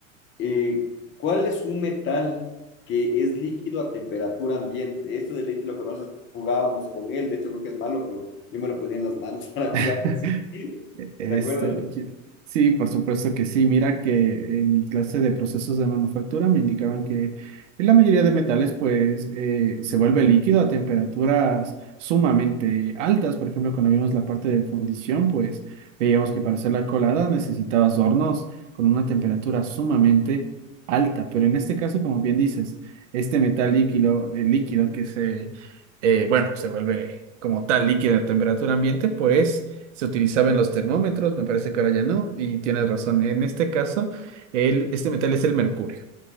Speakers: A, on the left; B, on the right.
A: eh, ¿cuál es un metal que es líquido a temperatura ambiente? Esto de ley te lo conoces, jugábamos con él, de hecho creo que es malo, pero yo me lo ponía en las manos <laughs> para jugar
B: <laughs>
A: así.
B: Este
A: ¿Te acuerdas?
B: lo quito. Sí, por supuesto que sí. Mira que en mi clase de procesos de manufactura me indicaban que la mayoría de metales pues eh, se vuelve líquido a temperaturas sumamente altas. Por ejemplo, cuando vimos la parte de fundición, pues veíamos que para hacer la colada necesitabas hornos con una temperatura sumamente alta. Pero en este caso, como bien dices, este metal líquido, el líquido que se, eh, bueno, se vuelve como tal líquido a temperatura ambiente, pues se utilizaban los termómetros, me parece que ahora ya no, y tienes razón, en este caso, el, este metal es el mercurio.